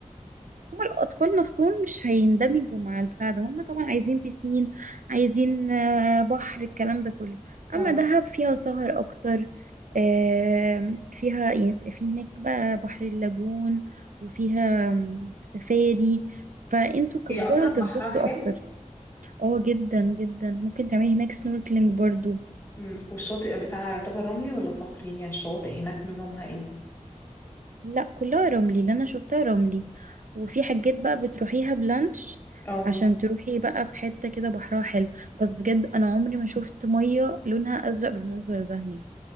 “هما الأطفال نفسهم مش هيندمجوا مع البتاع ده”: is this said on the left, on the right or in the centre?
Right